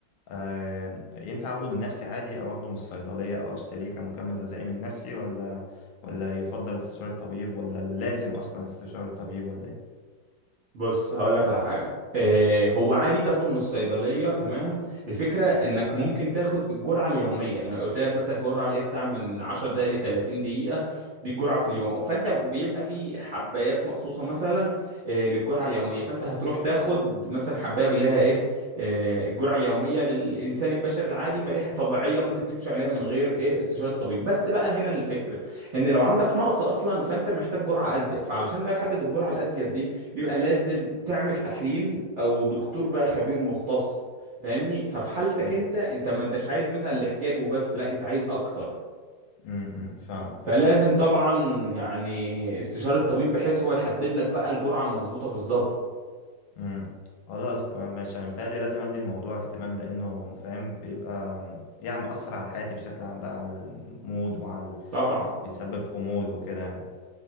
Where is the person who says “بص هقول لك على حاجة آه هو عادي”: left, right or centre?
Right